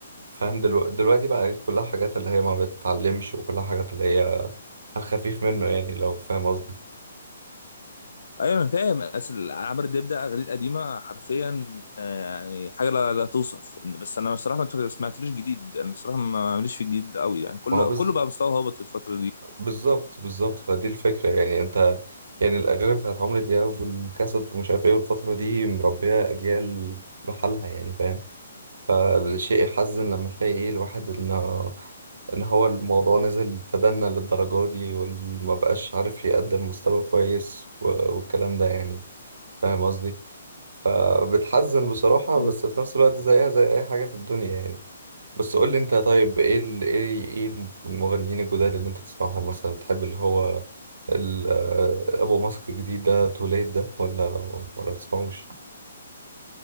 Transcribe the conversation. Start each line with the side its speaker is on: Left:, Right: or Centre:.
Right: فاهم دلوقتي دلوقتي بقى كلها حاجات اللي هي ما بتتعلمش وكلها حاجات اللي هي على الخفيف منه يعني لو فاهم قصدي
Left: ايوه انا فاهم اصل عمرو دياب ده اغاني قديمه حرفيا آه، يعني حاجه لا, لا توصف إن- بس انا الصراحه ما سمعتلوش جديد انا الصراحه ما- ماليش في الجديد قوي يعني كله
Right: ما هو بز...
Left: كله بقى مستوى هابط الفتره دي
Right: بالظبط بالظبط فدي الفكرة يعني انت يعني الأغاني بتاعت عمرو دياب والكاسب ومش عارف ايه والفترة دي مربية أجيال بحالها يعني فاهم فالشيء يحزن لما تلاقي ايه الواحد انه ان هو الموضوع نزل تدنى للدرجة دي وما بقاش عارف يقدم مستوى كويس و- والكلام ده يعني فاهم قصدي فبتحزن بصراحة
Left: أيوة.
Right: بس في نفس الوقت زيها زي اي حاجة في الدنيا يعني بس قول لي انت طيب ايه ال... ايه ايه المغنيين الجداد اللي انت تسمعهم مثلا بتحب اللي هو ال... آه، ابو ماسك الجديد ده توليد ده ولا ولا بتسمعوش